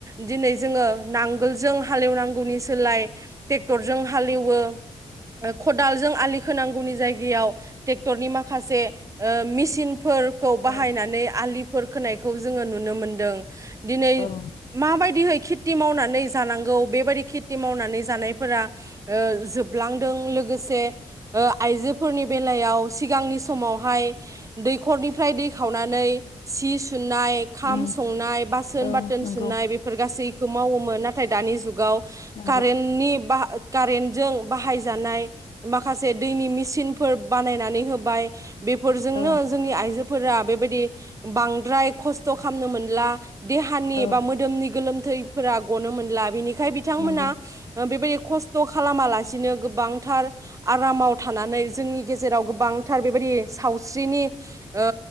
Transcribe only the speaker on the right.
दिनै जोङो नांगोलजों हालेवनांगौ। नांगौनि सोलाय ट्रेक्टरजों हालेवो। खदालजों आलि खोनांगौ। नांगौनि जायगायाव। ट्रेक्टरनि माखासे मेसिनफोरखौ बाहायनानै
आलिफोर खोनायखौ जोङो नुनो मोनदों दिनै
माबायदिहै खेथि मावनानै जानांगौ बेबायदि खेथि मावनानै जानाय फोरा ओ जोबलां दैजों लोगोसे ओ आइजो फोरनि बेलायाव सिंगांनि समावहाय दैखरनिफ्राय दै खावनानै सि सुनानै सुनाय खाम
संनाय बासोन
बाथोन
सुनाय बेफोर गासै खौ मावोमोन नाथाय दानि जुगाव
कारेननि बाहा कारेन्टजों बाहायजानाय माखासे दैनि मेचिनफोर बानायनानै होबाय। बेफोरजोंनो
जोंनि आइजो फोरा बेबायदि बांद्राय खस्थ खालामनो मोनला। देहानि एबा
मोदोमनि गोलोमथै फोरा गनो मोनला बिनिखाय बि बिथांमोना
बेबायदि खस्थ खालामालासिनो गोबांथार आरामाव थानानै जोंनि गेजेराव गोबांथार बेबायदि सावस्रिनि ओ